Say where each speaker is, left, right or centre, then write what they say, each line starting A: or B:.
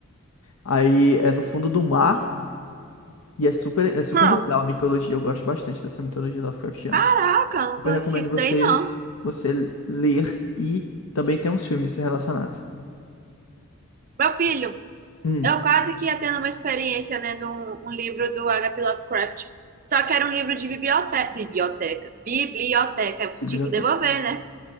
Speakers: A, on the left; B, on the right.
A: Aí é no fundo do mar. E é super, é super
B: Hum.
A: legal a mitologia. Eu gosto bastante dessa mitologia Lovecraftiana.
B: Caraca, não
A: Super
B: conheci
A: recomendo
B: isso
A: você,
B: daí, não.
A: você ler e também tem uns filmes relacionados.
B: Meu filho,
A: Hum,
B: eu quase que ia tendo uma experiência lendo um, um livro do H.P. Lovecraft. Só que era um livro de biblioteca. Biblioteca. Biblioteca. Aí Você
A: biblioteca.
B: tinha que devolver, né?